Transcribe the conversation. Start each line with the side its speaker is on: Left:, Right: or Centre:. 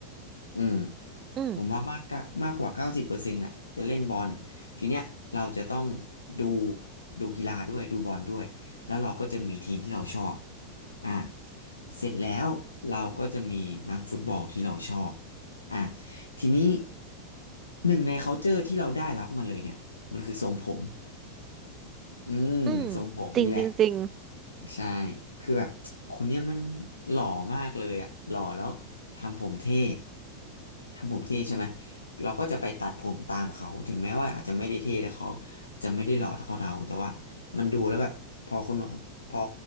Left: อืม
Right: อืม
Left: ผมว่ามากกะมากกว่าเก้าสิบเปอร์เซ็นต์น่ะจะเล่นบอลทีเนี้ยเราจะต้องดูดูกีฬาด้วยดูบอลด้วยแล้วเราก็จะมีทีมที่เราชอบอ่ะเสร็จแล้วเราก็จะมีนักฟุตบอลที่เราชอบอ่ะทีนี้หนึ่งใน culture ที่เราได้รับมาเลยเนี่ยมันคือทรงผมอืมทรงผมนี่แหละ
Right: อืมจริงจริงจริง
Left: ใช่คือแบบคนเนี้ยมันหล่อมากเลยอ่ะหล่อแล้วทำผมเท่ทำผมเท่ใช่ไหมเราก็จะไปตัดผมตามเขา ถึงแม้ว่าอาจจะไม่ได้เท่แต่เขาอาจจะไม่ได้หล่อเท่าเขาแต่ว่ามันดูแล้วแบบพอคนพอ